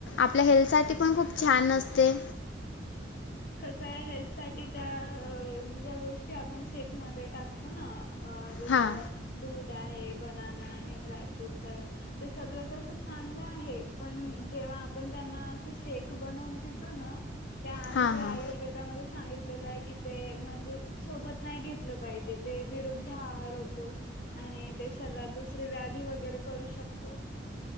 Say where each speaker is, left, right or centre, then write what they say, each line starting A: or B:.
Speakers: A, on the left (about 70°); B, on the left (about 55°).
A: आपल्या हेल्थ साठी पण खूप छान! असते.
B: कसंय हेल्थ साठी त्या ज्या गोष्टी आपण शेकमध्ये टाकतो. न जसं
A: हां
B: दूध आहे, बनना आहे, ड्राय फ्रूट्स आहे. ते सगळं कसं चांगलं आहे. पण जेव्हा आपण त्यांना असं शेक बनवून पितो न- त्या आमच्या
A: हां हां
B: आयुर्वेदामध्ये सांगितलेलं आहे की ते म्हणजे सोबत नाही घेत ते विरुद्धआहार होतो. आणि ते शरीरात व्याधी वगैरे करू शकतो.